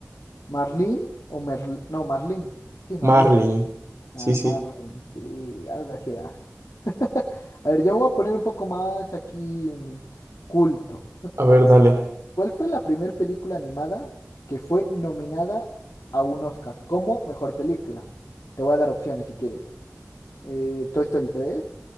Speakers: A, on the left; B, on the right.
A: ¿Marlín o Merl- No, Marlín. Sí, Marlín.
B: Marlin. Sí,
A: Ah,
B: sí.
A: Marlin Sí, algo así era. <laughs> A ver, yo me voy a poner un poco más aquí mm, culto.
B: A ver, dale.
A: ¿Cuál fue la primera película animada que fue nominada a un Oscar como mejor película? Te voy a dar opciones si quieres. Eh, Toy Story tres